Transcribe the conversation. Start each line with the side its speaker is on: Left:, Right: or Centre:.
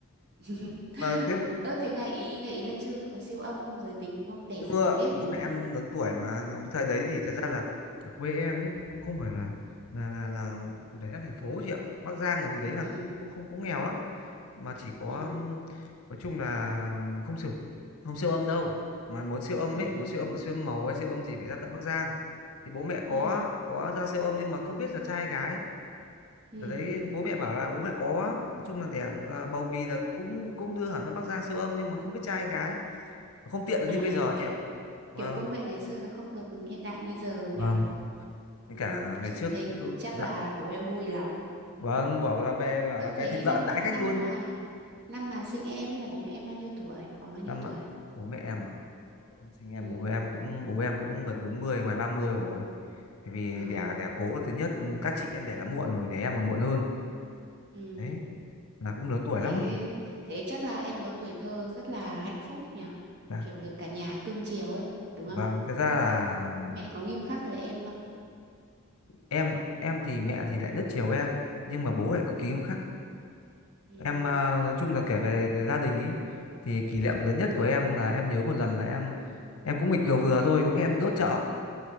Right: <laughs>
Left: mà thế
Right: Ơ thế ngày ý ngày ý là chưa có siêu âm giới tính đúng không? Đẻ
Left: chưa
Right: ra mới biết
Left: bố
Right: đúng
Left: mẹ
Right: không?
Left: em lớn tuổi mà thời đấy thì thật
Right: ừ.
Left: ra là ở quê em ấy cũng không phải là là là là phải ra thành phố chị ạ Bắc Giang ngày hồi đấy là
Right: Ừ
Left: cũng cũng không cũng nghèo lắm mà chỉ có
Right: ừ
Left: ừm, nói chung là không siêu không siêu âm đâu mà muốn siêu âm
Right: ừ
Left: ấy muốn siêu âm mà siêu âm màu hay siêu âm gì phải ra tận Bắc Giang thì bố mẹ có
Right: ừ
Left: có ra siêu âm nhưng mà không biết là trai hay gái
Right: ừ.
Left: ở đấy bố mẹ bảo là bố mẹ có nói chung là đẻ à, bầu bì là cũng cũng đưa hẳn ra Bắc Giang siêu âm nhưng mà không biết trai hay gái không tiện được
Right: À
Left: như bây giờ
Right: kiểu
Left: chị ạ vâng
Right: kiểu công nghệ ngày xưa nó không được hiện đại như giờ
Left: vâng
Right: nhỉ.
Left: với
Right: Ừ,
Left: cả ngày trước
Right: thế
Left: cứ
Right: chắc
Left: dạ
Right: là bố em vui lắm.
Left: vâng bảo là về bảo
Right: Ơ
Left: là về
Right: thế
Left: thịt lợn
Right: năm
Left: đãi khách
Right: năm
Left: luôn
Right: mà năm mà sinh em ấy là bố mẹ em bao nhiêu tuổi? Khoảng bao nhiêu
Left: năm
Right: tuổi?
Left: ạ bố mẹ em à không sinh em
Right: Ừ.
Left: bố mẹ em cũng bố em cũng gần 40 ngoài 30 rồi bởi vì
Right: À,
Left: đẻ đẻ cố là thứ nhất các chị em đẻ là muộn rồi đẻ em còn muộn hơn
Right: ừ.
Left: đấy là cũng lớn tuổi
Right: Thế
Left: lắm rồi
Right: thế chắc là em có tuổi thơ rất là hạnh phúc nhỉ.
Left: dạ
Right: Kiểu được cả nhà cưng chiều ấy, đúng
Left: vâng
Right: không?
Left: thật ra là
Right: bố mẹ có nghiêm khắc với em không
Left: em em thì mẹ thì lại
Right: ừ.
Left: rất chiều em nhưng mà bố lại cực kỳ
Right: Ừ.
Left: nghiêm khắc
Right: Ừ.
Left: em à, nói chung là kể về gia đình ấy thì kỷ niệm lớn nhất của em là em nhớ một lần là em em cũng nghịch vừa vừa thôi có nghe em đi đốt chợ